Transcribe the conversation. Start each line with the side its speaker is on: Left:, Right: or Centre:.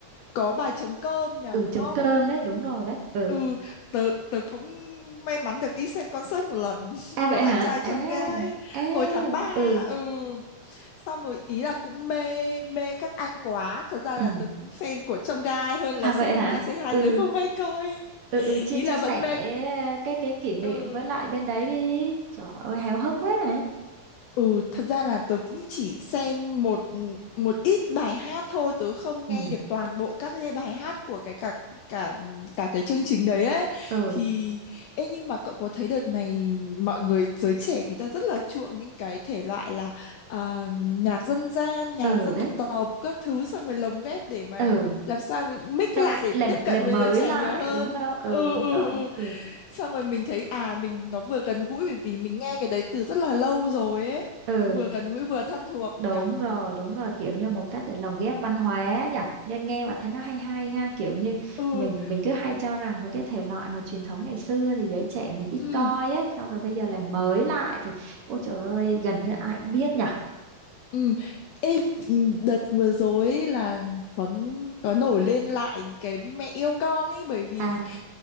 Left: Có bài trống cơm nhỉ
Right: ừ
Left: đúng
Right: trống
Left: không
Right: cơm đấy đúng rồi đấy ừ
Left: Ừ, tớ, tớ cũng may mắn được đi xem concert một lần <laughs>
Right: à
Left: của
Right: vậy
Left: anh
Right: hả
Left: trai Chông
Right: à
Left: Gai
Right: à
Left: hồi tháng ba,
Right: ừ
Left: Ừ, xong rồi ý là cũng mê mê các anh quá. Thật ra là
Right: ừ
Left: tớ cũng fan của Chông Gai hơn là
Right: à
Left: Say
Right: vậy
Left: Hi.
Right: hả
Left: Say Hi
Right: ừ
Left: tớ không hay coi.
Right: ừ ừ chia
Left: Ý
Right: chia
Left: là
Right: sẻ
Left: vẫn mê.
Right: cái cái kỷ niệm
Left: Ừ,
Right: với lại bên đấy đi trời ơi háo hức quá này
Left: Ừ, thật ra là tớ cũng chỉ xem một một ít bài hát thôi, tớ không
Right: ừ
Left: nghe được toàn bộ các cái bài hát của cái cả cả cả cái chương trình đấy ấy.
Right: ừ
Left: Thì ê nhưng mà cậu có thấy đợt này mọi người giới trẻ người ta rất là chuộng những cái thể loại là à, nhạc dân gian, nhạc
Right: ừ
Left: dân
Right: đấy
Left: tộc các thứ xong rồi lồng ghép để mà
Right: ừ
Left: làm sao mix
Right: xong
Left: lại để
Right: làm
Left: tiếp cận
Right: làm
Left: với
Right: mới
Left: giới trẻ
Right: lại
Left: nhiều hơn
Right: đúng không ừ
Left: ừ
Right: đúng
Left: ừ
Right: rồi
Left: ừ
Right: ừ
Left: xong rồi mình thấy à mình nó vừa gần gũi bởi vì mình nghe cái đấy từ rất là lâu rồi ấy
Right: ừ
Left: nó vừa gần gũi vừa thân thuộc
Right: đúng
Left: nhở
Right: rồi đúng rồi kiểu như một cách để lồng ghép văn hóa nhỉ nghe nghe mà thấy nó hay hay ha kiểu như
Left: ừ
Right: mình mình cứ hay cho rằng mấy cái thể loại mà truyền thống ngày xưa thì giới trẻ mình ít
Left: ừ
Right: coi ấy xong rồi bây giờ làm mới lại thì ôi trời ơi gần như ai cũng biết nhỉ
Left: ừ Ê, đợt vừa rồi ấy là có có nổi lên lại cái mẹ yêu con ấy bởi vì
Right: à